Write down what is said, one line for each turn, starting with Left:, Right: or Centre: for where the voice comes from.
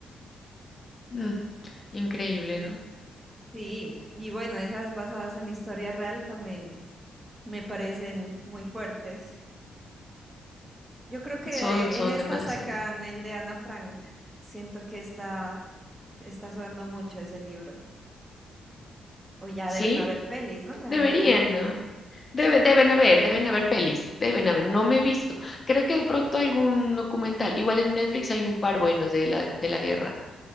Left: Mm, increíble, ¿no?
Right: Sí, y bueno, esas basadas en historia real también me parecen muy fuertes. Yo creo que
Left: Son,
Right: de-
Left: son
Right: en esta
Left: demasiado.
Right: sacan el de Ana Frank. Siento que está, está sonando mucho ese libro. O ya
Left: Sí,
Right: deben haber pelis, ¿no? De
Left: deberían,
Right: Ana Frank.
Left: ¿no? Debe- deben haber, deben haber pelis, deben haber. No me he visto. Creo que de pronto algún documental. Igual en Netflix hay un par buenos de la, de la guerra.